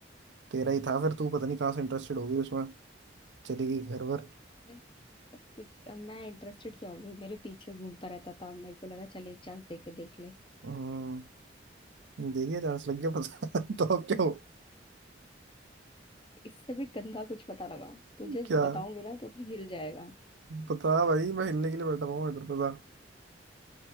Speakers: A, on the right; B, on the left.
A: तेरा ही था फिर तू पता नहीं कहाँ से इंटरेस्टेड होगी उसमें चली गई घर वर
B: अरे पिक- मैं इंटरेस्टेड क्या हो गई मेरे पीछे घूमता रहता था मेरे को लगा चल एक चांस दे के देख ले
A: हम्म, देखिए जांच लग गया पता <laughs> तो अब क्या हो
B: इससे भी गंदा कुछ पता लगा तुझे
A: क्या
B: बताऊंगी ना तो तू हिल जाएगा
A: पता भाई मैं हिलने के लिए बैठा हुआ हूँ इधर पता